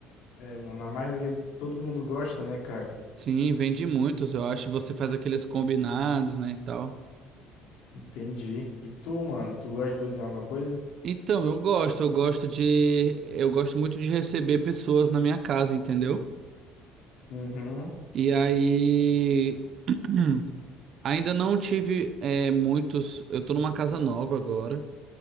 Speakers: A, on the left; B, on the right.
A: É, mano, a maioria, todo mundo gosta, né, cara?
B: Sim, vende muitos, eu acho. Você faz aqueles combinados, né, e tal.
A: Entendi. E tu, mano, tu gosta de cozinhar alguma coisa?
B: Então, eu gosto, eu gosto de, eu gosto muito de receber pessoas na minha casa, entendeu?
A: Uhum.
B: E aí, <clears throat> ainda não tive é, muitos. Eu tô numa casa nova agora.